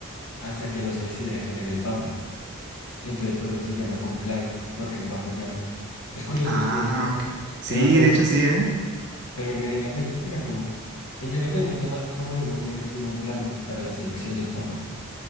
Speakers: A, on the left; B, on the right.
A: hasta que no se decidiera quién era el papa. Entonces, por eso se llama conclave, porque es bajo llave. Es curioso,
B: Ah,
A: es curioso.
B: ok. Sí,
A: Pero, pero,
B: de hecho sí, ¿eh?
A: pero verme bien la película, no. Entiendo que hay unos temas como de humos negros y humos blancos para la selección del papa.